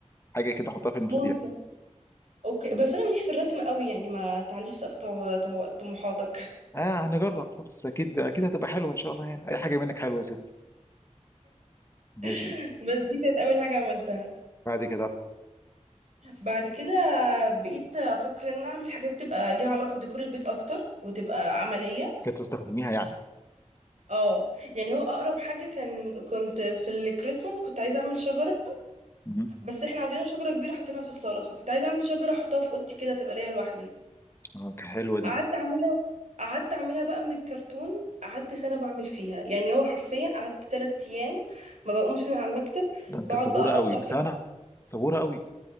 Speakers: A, on the left (about 20°); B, on the right (about 65°).
A: حاجه كده احطها في المفاتيح
B: ممكن اوكي
A: م.
B: بس انا ماليش في الرسم قوي يعني ما تعليش سقف طم- طم- طموحاتك
A: اه هنجرب بس اكيد اكيد هتبقى حلوه ان شاء الله يعني اي حاجه منك حلوه يا ستي ماشي
B: <laughs> بس دي كانت اول حاجه عملتها
A: بعد كده
B: بعد كده بقيت افكر ان أنا اعمل حاجات تبقى ليها علاقه بديكور البيت اكتر وتبقى عمليه
A: كانت تستخدميها يعني
B: اه يعني هو اقرب حاجه كان كنت في الكريسماس كنت عايزه اعمل شجره
A: م.
B: بس احنا عندنا شجره كبيره حطيناها في الصاله فكنت عايزه اعمل شجره احطها في اوضتي كده تبقى ليا لوحدي
A: اه كانت حلوه دي
B: قعدت اعملها قعدت اعملها بقى من الكرتون قعدت سنة بعمل فيها يعني هو حرفيا قعدت تلات ايام ما بقومش من على المكتب
A: ده انت
B: بقعد
A: صبوره
B: بقى
A: قوي
B: اقطع
A: سنه
B: في...
A: صبوره قوي